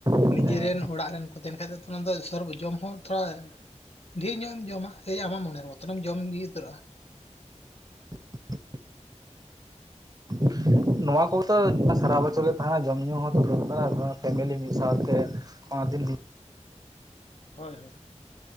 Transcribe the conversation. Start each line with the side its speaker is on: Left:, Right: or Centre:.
Right: ᱦᱮᱸ
Left: ᱱᱤᱡᱮᱨᱮᱱ ᱚᱲᱟᱜ ᱨᱮᱱ ᱠᱚ ᱛᱟᱦᱮᱱ ᱠᱷᱟ ᱫᱚ ᱚᱱᱟ ᱫᱚ ᱥᱚᱨᱵᱡᱚᱢ ᱦᱚᱸ ᱛᱷᱚᱲᱟ ᱰᱷᱮᱨ ᱧᱚᱜ ᱮᱢ ᱡᱚᱢᱟ ᱥᱮ ᱟᱢᱟᱜ ᱢᱚᱱᱮᱨᱮ ᱢᱚᱛᱚᱱ ᱮᱢ ᱡᱚᱢ ᱵᱤᱨ ᱩᱛᱟᱹᱨᱚᱜᱼᱟ
Right: ᱻ ᱻ ᱱᱚᱣᱟ ᱠᱚᱫᱚ ᱥᱟᱨᱟ ᱵᱚᱪᱷᱚᱨ ᱛᱟᱦᱮᱱᱟ ᱡᱚᱢᱧᱩ ᱦᱚᱸᱛᱚ ᱫᱚᱨᱠᱟᱨ ᱯᱷᱮᱢᱮᱞᱤ ᱢᱤᱫ ᱥᱟᱶᱛᱮ ᱫᱤᱞᱞᱤ
Left: ᱦᱳᱭ ᱦᱳᱭ